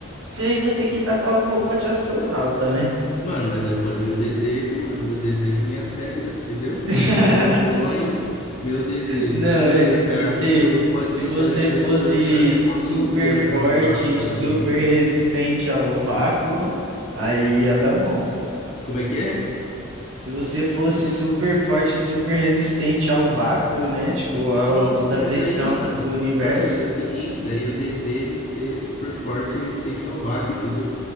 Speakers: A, on the right; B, on the left.
A: Você ia ter que estar com a roupa de astronauta, né?
B: Mano, mas eu ponho meu desejo, mano, meu desejo, minhas regras, entendeu?
A: <laughs>
B: Meu sonho, meu desejo.
A: Não,
B: Se eu desejar,
A: é, se você,
B: se você pode
A: se
B: se
A: você
B: teletransportar,
A: fosse
B: eu
A: super
B: posso viajar
A: forte,
B: no espaço também,
A: super
B: mano.
A: resistente ao vácuo, aí ia dar bom.
B: Como é que é?
A: Se você fosse super forte, super resistente ao vácuo, né? Tipo, a
B: Pronto,
A: toda
B: mas
A: a pressão
B: daí, mano,
A: do universo.
B: meu parceiro, é o seguinte, daí eu desejo ser super forte e resistente ao vácuo, entendeu?